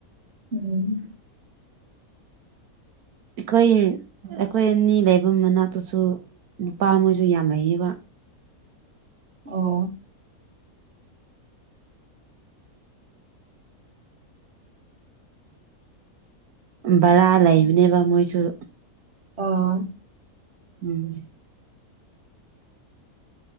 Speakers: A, on the right; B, on the right.
A: ꯎꯝ
B: ꯑꯩꯈꯣꯏ ꯑꯩꯈꯣꯏ ꯑꯅꯤ ꯂꯩꯕ ꯃꯅꯥꯛꯇꯁꯨ ꯅꯨꯄꯥ ꯃꯣꯏꯁꯨ ꯌꯥꯝ ꯂꯩꯌꯦꯕ
A: ꯑꯣ
B: ꯕꯔꯥ ꯂꯩꯕꯅꯦꯕ ꯃꯣꯏꯁꯨ
A: ꯑꯥ
B: ꯎꯝ